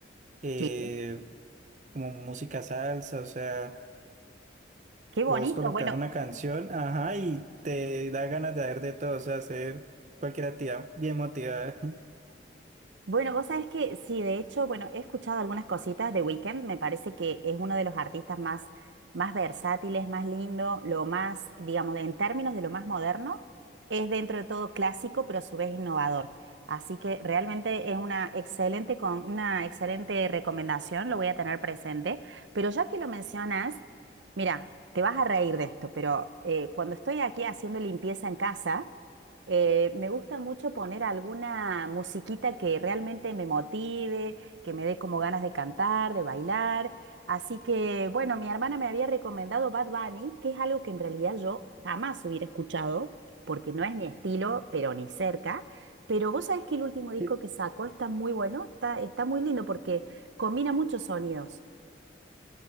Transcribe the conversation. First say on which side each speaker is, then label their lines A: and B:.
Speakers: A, on the right (about 40°); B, on the right (about 80°).
A: eh,
B: Sí.
A: como música salsa, o sea,
B: Qué bonito.
A: vos colocas
B: Bueno,
A: una canción, ajá, y te da ganas de hacer de todo, o sea, hacer cualquier actividad bien motivada.
B: Bueno, vos sabés que sí, de hecho, bueno, he escuchado algunas cositas de Weekend, me parece que es uno de los artistas más, más versátiles, más lindo, lo más, digamos, en términos de lo más moderno, es dentro de todo clásico, pero a su vez innovador. Así que realmente es una excelente, con una excelente recomendación, lo voy a tener presente. Pero ya que lo mencionas, mira, te vas a reír de esto, pero eh, cuando estoy aquí haciendo limpieza en casa, eh, me gusta mucho poner alguna musiquita que realmente me motive, que me dé como ganas de cantar, de bailar. Así que, bueno, mi hermana me había recomendado Bad Bunny, que es algo que en realidad yo jamás hubiera escuchado, porque no es mi estilo, pero ni cerca. Pero vos sabés que el último disco
A: <laughs>
B: que sacó está muy bueno, está, está muy lindo porque combina muchos sonidos.